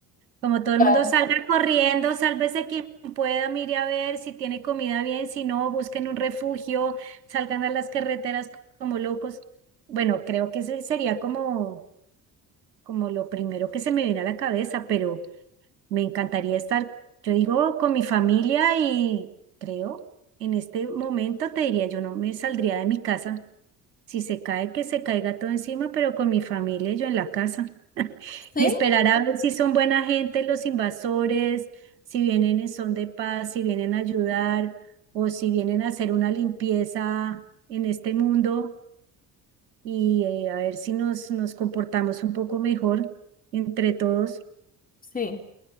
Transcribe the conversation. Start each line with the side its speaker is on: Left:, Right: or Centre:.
Right: Como todo
Left: claro.
Right: el mundo salga corriendo, sálvese quien pueda, mire a ver si tiene comida bien, si no, busquen un refugio, salgan a las carreteras como locos. Bueno, creo que ese sería como, como lo primero que se me viene a la cabeza, pero me encantaría estar, yo digo, con mi familia y creo, en este momento te diría, yo no me saldría de mi casa. Si se cae, que se caiga todo encima, pero con mi familia y yo en la casa
Left: Sí,
Right: y esperar a ver si son buena gente los invasores, si vienen en son de paz, si vienen a ayudar o si vienen a hacer una limpieza en este mundo y eh, a ver si nos, nos comportamos un poco mejor entre todos.
Left: sí.